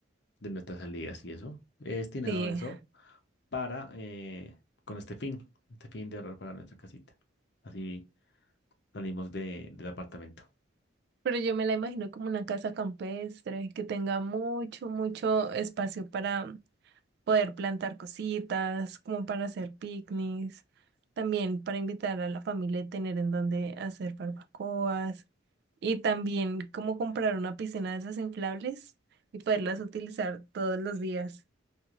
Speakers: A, on the left; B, on the right.
A: de nuestras salidas y eso. He destinado
B: sí,
A: eso para eh, con este fin, este fin de ahorrar para nuestra casita. Así salimos de, del apartamento.
B: pero yo me la imagino como una casa campestre que tenga mucho, mucho espacio para poder plantar cositas, como para hacer picnics, también para invitar a la familia y tener en donde hacer barbacoas, y también como comprar una piscina de esas inflables y poderlas utilizar todos los días.